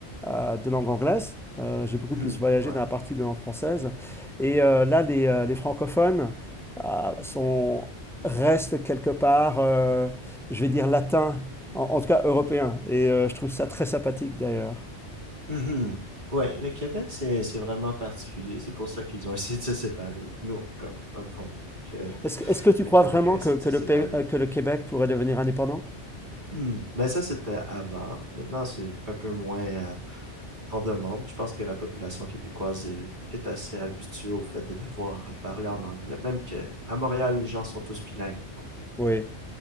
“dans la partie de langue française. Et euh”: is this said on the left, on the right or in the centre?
Centre